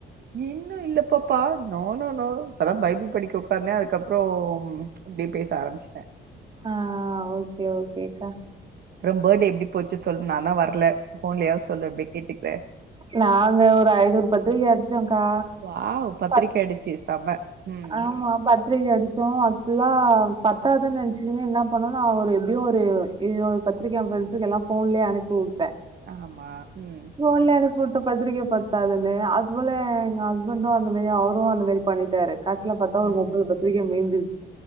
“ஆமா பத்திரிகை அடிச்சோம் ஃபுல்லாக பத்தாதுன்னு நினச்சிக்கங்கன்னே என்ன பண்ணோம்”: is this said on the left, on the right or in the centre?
Right